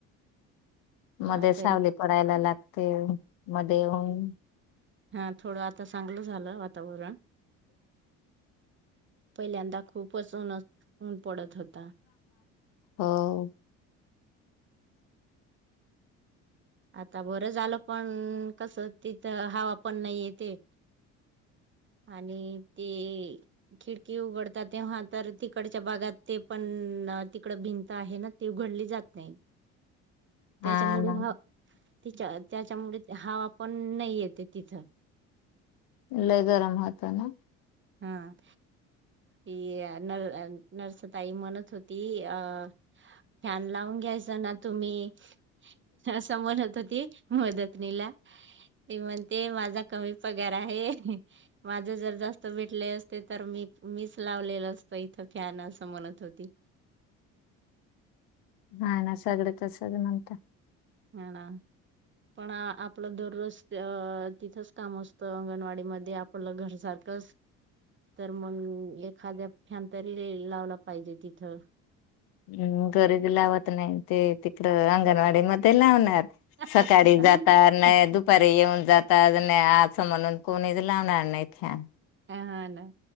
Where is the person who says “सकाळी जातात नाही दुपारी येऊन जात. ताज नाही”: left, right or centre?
Left